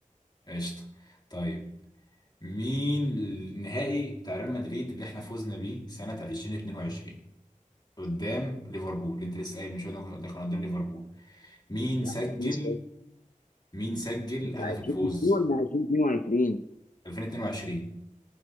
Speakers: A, on the left; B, on the left.
A: قشطه طيب مين النهائي بتاع ريال مدريد اللي احنا فوزنا بيه سنه 2022 قدام ليفربول اللي انت لسه قايل من شويه ده كان ده كان قدام ليفربول مين
B: لا
A: سجل
B: لا، فينيسيوس.
A: مين سجل
B: انت
A: هدف
B: 20
A: الفوز
B: ولا 2022
A: 2022